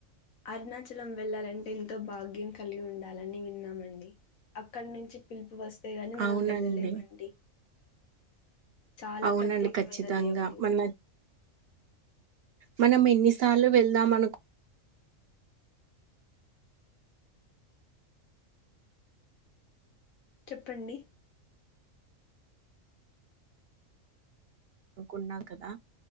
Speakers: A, on the left; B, on the right.
A: అరుణాచలం వెళ్లాలంటే ఎంతో భాగ్యం కలిగి ఉండాలి లని విన్నామండి అక్కడి నించి పిలుపు వస్తే గాని మనం
B: అవునండి
A: వెళ్ళలేమండి చాలా
B: అవునండి
A: ప్రత్యేకమైన
B: ఖచ్చితంగా
A: దేవుడు
B: మన మనం ఎన్నిసార్లు వెళ్దాం అనుకు
A: చెప్పండి
B: నుకున్నాం కదా